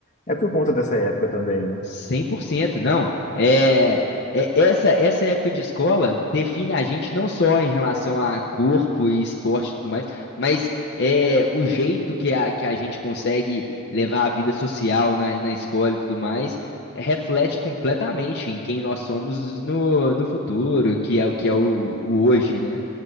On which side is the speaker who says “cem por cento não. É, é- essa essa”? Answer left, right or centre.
Left